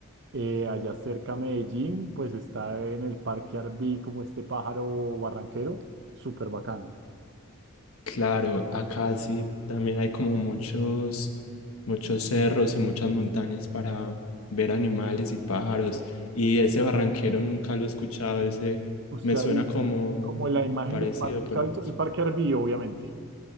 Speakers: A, on the right (about 55°); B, on the left (about 80°).
A: Eh, allá cerca a Medellín, pues está en el Parque Arví como este pájaro barranquero, súper bacano.
B: Claro, acá sí también hay como muchos, muchos cerros y muchas montañas para ver animales y pájaros. Y ese barranquero nunca lo he escuchado, ese
A: Usted
B: me
A: ha
B: suena
A: visto
B: como
A: como la imagen
B: parecido,
A: del parque,
B: pero
A: usted ha visto
B: no sé.
A: el Parque Arví, obviamente.